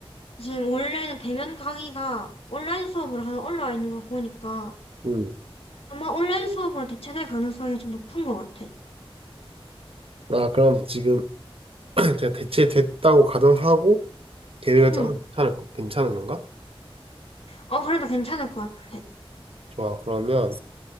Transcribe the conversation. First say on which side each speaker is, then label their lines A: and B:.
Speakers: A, on the left (about 80°); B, on the right (about 70°).
A: 지금 원래는 대면 강의가 온라인 수업으로 하나 올라와 있는 거 보니까
B: 응.
A: 아마 온라인 수업으로 대체될 가능성이 좀 높은 것 같아.
B: 나 그럼 지금 <clears throat> 제가 대체 됐다고 가정하고 계획을
A: 응.
B: 짜면 괜찮을, 거- 괜찮은 건가?
A: 어, 그래도 괜찮을 것 같아.
B: 좋아, 그러면.